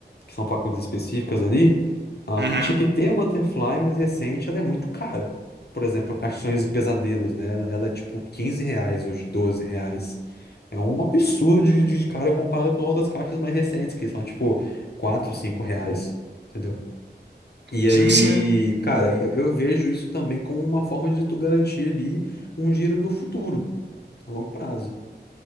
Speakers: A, on the left; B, on the right.
A: Que são facas específicas ali. A
B: Uhum.
A: caixa que tem a Butterfly mais recente, ela é muito cara. Por exemplo, a caixa Sonhos e Pesadelos, né? Ela, ela é tipo 15 reais hoje, 12 reais. É um absurdo de, de cara comparado com outras caixas mais recentes, que são tipo 4, 5 reais, entendeu? E aí,
B: Sim, sim.
A: cara, eu, eu vejo isso também como uma forma de tu garantir ali um dinheiro no futuro, a longo prazo.